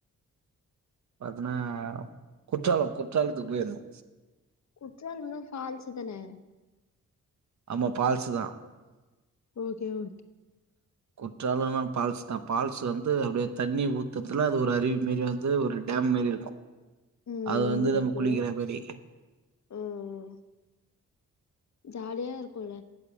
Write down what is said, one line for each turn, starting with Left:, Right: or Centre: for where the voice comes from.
Right: பத்தன்னாப் குற்றாலம் குற்றாலத்துக்கு போயிருந்தோ
Left: குற்றால இன்னா ஃபால்ஸ் தானே
Right: ஆமா ஃபால்சுதா
Left: ஓகே ஓ
Right: குற்றால நா ஃபால்ஸ் தா பால்ஸ் வந்து அப்டியே தண்ணி ஊத்துதுல அது ஒரு அருவி மேரி வந்து ஒரு டேம் மேரி இருக்கு
Left: ம்
Right: அது வந்து
Left: ஓகே
Right: நம்ம குளிக்கிறமரி
Left: ம் ஜாலியா இருக்குல